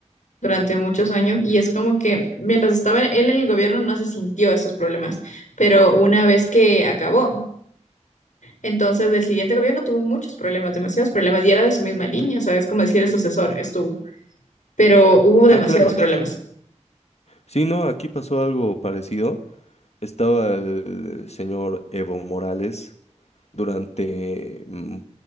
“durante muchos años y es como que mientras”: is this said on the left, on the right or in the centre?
Left